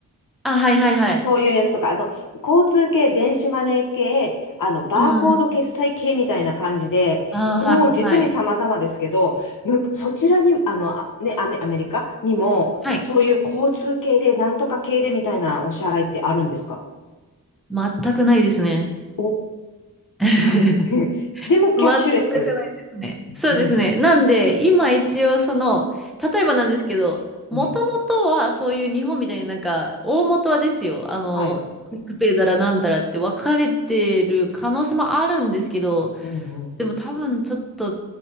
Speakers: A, in the centre; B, on the left.
A: あ、はいはいはい。
B: そういうやつとか、あの、交通系、電子マネー系、あの、バーコード決済系みたいな感じで、
A: うん。あ、
B: もう実に様々ですけど、
A: はいはい。
B: む、そちらに、あの、あね、アメ、アメリカにも、
A: はい。
B: そういう交通系で、なんとか系でみたいなお支払いってあるんですか
A: 全くないですね。
B: お、
A: <laughs>
B: ない。<laughs>
A: 全く
B: でも、キャッシュレス。
A: ないですね。そうですね。
B: うん、
A: なんで、今一応その、例えばなんですけど、もともとはそういう日本みたいになんか、
B: うん、
A: 大元はですよ、あの、
B: はい。
A: クイックペイだらなんだらって分かれてる可能性もあるんですけど、
B: うん、うん。
A: でも多分ちょっと